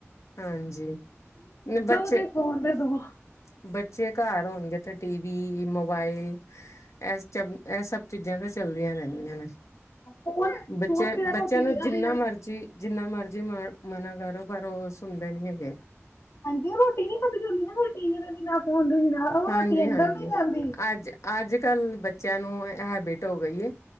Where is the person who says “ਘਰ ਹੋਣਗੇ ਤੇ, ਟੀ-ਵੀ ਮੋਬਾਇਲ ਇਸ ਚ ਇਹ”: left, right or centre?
Left